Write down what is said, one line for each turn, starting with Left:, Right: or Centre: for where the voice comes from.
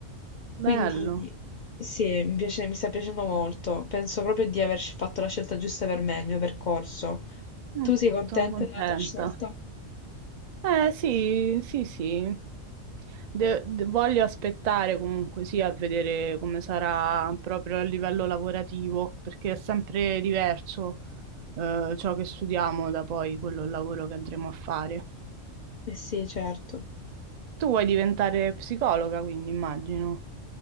Right: bello.
Left: Quindi sì, mi piace- mi sta piacendo molto. Penso proprio di aver fatto la scelta giusta per me, il mio percorso.
Right: Mm,
Left: Tu sei contenta
Right: sono contenta.
Left: della tua scelta?
Right: Eh sì, sì, sì. De- de- voglio aspettare comunque sì a vedere come sarà proprio a livello lavorativo, perché è sempre diverso eh, ciò che studiamo da poi quello il lavoro che andremo a fare.
Left: Eh sì, certo.
Right: Tu vuoi diventare psicologa, quindi immagino.